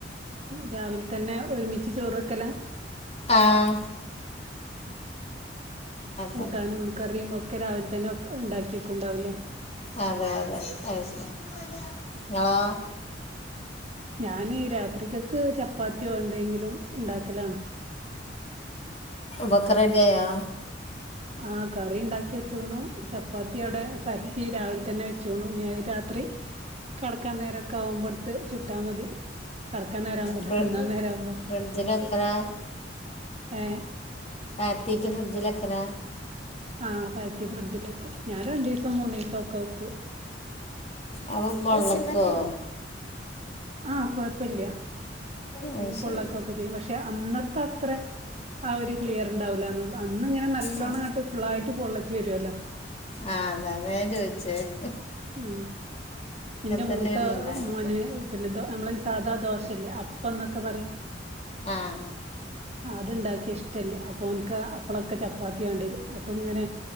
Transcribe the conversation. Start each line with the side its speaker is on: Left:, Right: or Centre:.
Right: രാവിൽ തന്നെ ഒരുമിച്ച് ചോറ് വെക്കലാ
Left: ആഹ്
Right: കൂട്ടാനും
Left: തന്നെ
Right: കറിയും ഓ ക്കെ രാവിലെ തന്നെ ഒക്കെ ഉണ്ടാക്കി വെക്കുന്നു ഉണ്ടാവുമല്ലേ?
Left: അതെ അതെ അയ് ശരി ഇങ്ങളോ
Right: ഞാന് രാത്രിക്കക്ക് ച പ്പാത്തിയോ എന്തെങ്കിലും ഇണ്ടാക്കലാണ്
Left: ബൊക്കെ റെഡിയായോ
Right: ആ കറി ഇൻണ്ടാക്കി വെച്ച്ണൂ ചപ്പാത്തി ആടെ പര്ത്തി രാവിൽ തന്നെ വെച്ച്ണു അത് രാത്രി കെടക്കാന്നേ രക്കാവുമ്പട്ത്ത് ചുട്ടാ മതി കടക്കാന്നേരവുമ്പോല്ല
Left: ഫ്രി
Right: തിന്നാ നേര ആവുമ്പോ
Left: ഫ്രിഡ്ജിൽ വെക്കലാ
Right: ഏ
Left: പരത്തീട്ട് ഫ്രിഡ്ജ് ലെക്കലാ
Right: ആഹ് പരത്തി ഫ്രിഡ്ജിലെക്കും ഞാ രണ്ടീസം മൂന്നീസൊക്കെ വെക്കും
Left: അപ്പൊ ബൊളളക്കോ
Right: ആഹ് കൊയപ്പല്യ
Left: അത്
Right: പൊള്ളക്കൊക്കെ
Left: ശരി
Right: ചെയ്യും പക്ഷേ അന്നത്തത്രെ ആ ഒരു ക്ലിയർ ഇണ്ടാവൂലാന്നൊള്ളൂ അന്ന് നല്ലോണം
Left: ആ
Right: ഇങ്ങട്ട് ഫുള്ളായിട്ട് പൊള്ളച്ച് വരൊല്ലോ
Left: ആഹ് അതെ അതാ ഞാൻ ചോയ്ച്ച അ്
Right: ഉം ഇന്റെ
Left: തന്നെയാണ്
Right: മൂത്ത
Left: ഉണ്ടാക്ക
Right: മോന് പിന്നെ ദൊ നമ്മളെ ഈ സാദാ ദോശല്ലേ അപ് അപ്പന്നൊക്കെ പറയും
Left: ആഹ്
Right: അത് ഇണ്ടാക്കിയ ഇഷ്ടല്യ അപ്പ ഓൻക്ക് അപ്പളൊക്കെ ചപ്പാത്തി വേണ്ട്യരും അപ്പങ്ങനെ